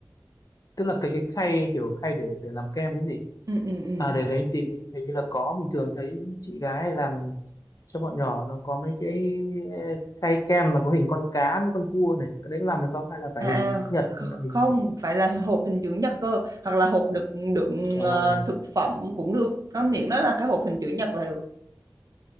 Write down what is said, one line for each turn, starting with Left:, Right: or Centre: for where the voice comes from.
Left: tức là cái cái khay kiểu khay để để làm kem cái gì
Right: ừ ừ ừ
Left: À để đấy thì hình hình như là có bình thường thấy chị gái làm cho bọn nhỏ nó có mấy cái eh, khay kem mà có hình con cá với con cua này cái đấy có làm được không hay là phải
Right: à,
Left: hình
Right: à
Left: chữ nhật hay
Right: kh-
Left: là hình
Right: không phải là hộp hình chữ nhật cơ hoặc là hộp đựng đựng
Left: Ờ,
Right: ờ, thực phẩm cũng được nó miệng nó là cái hộp hình chữ nhật là được